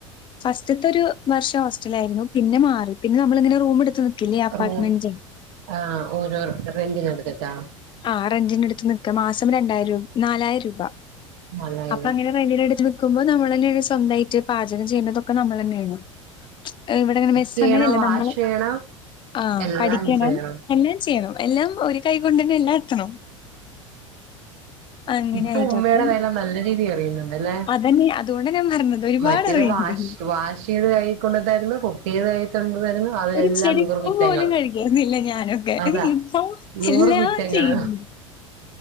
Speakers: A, on the left; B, on the right.
A: ഫസ്റ്റത്തെ ഒരു വർഷം ഹോസ്റ്റല ആയിരുന്നു പിന്നെ മാറി പിന്നെ നമ്മൾ ഇങ്ങനെ റൂം എടുത്ത് നിക്കില്ലേ അപ്പാർട്ട്മെന്റിൽ
B: റൂ ആഹ് ഓരോ റെന്റിന്ന്ടുത്തിട്ടാ?
A: ആഹ് റെൻ്റനു എടുത്ത് നിക്ക മാസം രണ്ടായിരം രൂ നാലായിരം രൂപ.
B: നല്ലത്
A: അപ്പൊ അങ്ങനെ റെൻ്റ്നു അടുത്ത് നക്കുമ്പോ നമ്മൾ തന്നെയാണ് സ്വന്തമായിട്ട് പാചകം ചെയ്യേണ്ടതൊക്കെ നമ്മൾ തന്നെയാണ്. ഇവിടെങ്ങെ ബസ
B: ചെയ്യണം
A: അങ്ങനെല്ല
B: വാഷ്
A: നമ്മള്
B: ചെയ്യണം
A: ആഹ്
B: എല്ലാം
A: പഠിക്കണം
B: ചെയ്യണം
A: എന്നെ ചെയ്യണം എല്ലാം ഒരു കൈ കൊണ്ട്ന്നെ എല്ലാം എത്തണം. അങ്ങനെയായിട്ട്.
B: ഇപ്പൊ ഉമ്മയുടെ
A: അപ്പം
B: വില നല്ല രീതി എറിയുന്നുണ്ട് എല്ലേ
A: അതന്നെ അതുകൊണ്ടാ ഞാൻ പറഞ്ഞത് ഒരുപാട്
B: മറ്റേത്
A: അറിയണ്ടെന്ന്.
B: വാഷ് വാഷ് <unintelligible> തായിക്കൊണ്ട്തര്ന്നു കുപ്പിതായി കൊണ്ട്തരുന്നു അതെല്ലാം
A: ഒരു ചെരുപ്പ്
B: നൂറ് കുറ്റങ്ങൾ
A: പോലും കഴിക്കായിരുന്നില്ല ഞാനൊക്കെ.
B: അതാ
A: ഇപ്പൊ
B: നൂറ്
A: എല്ലാം
B: കുറ്റങ്ങൾ
A: ചെയ്യുന്നുണ്ട്.